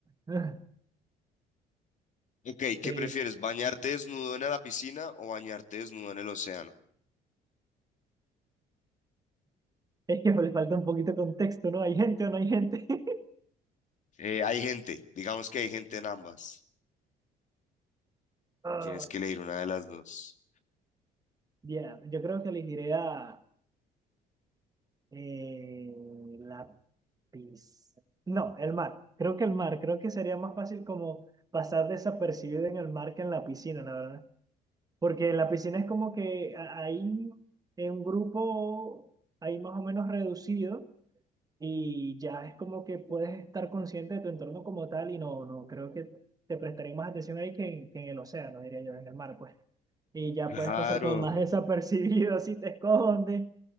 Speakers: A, on the right; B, on the left.
A: verdad. <laughs>
B: Ok, ¿qué
A: Eh,
B: prefieres? ¿Bañarte desnudo en la piscina o bañarte desnudo en el océano?
A: es que le falta un poquito de contexto, ¿no? ¿Hay gente o no hay gente? <laughs>
B: Eh, hay gente, digamos que hay gente en ambas.
A: Ah,
B: Tienes que elegir una de las dos.
A: Ya, yo creo que elegiré a eh, la pis- No, el mar. Creo que el mar. Creo que sería más fácil como pasar desapercibido en el mar que en la piscina, la verdad. Porque en la piscina es como que a- ahí en un grupo, ahí más o menos reducido. y ya es como que puedes estar consciente de tu entorno como tal y no, no, creo que te prestaré más atención ahí que en, que en el océano, diría yo, en el mar, pues. Y ya
B: Claro.
A: puedes pasar como más desapercibido <laughs> si te escondes,